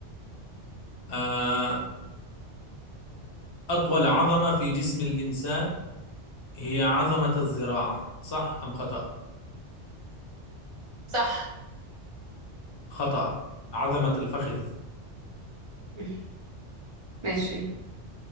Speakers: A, on the left; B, on the right.
A: آه، أطول عظمة في جسم الإنسان هي عظمة الذراع صح أم خطأ؟
B: صح
A: خطأ عظمة الفخذ
B: <laughs> ماشي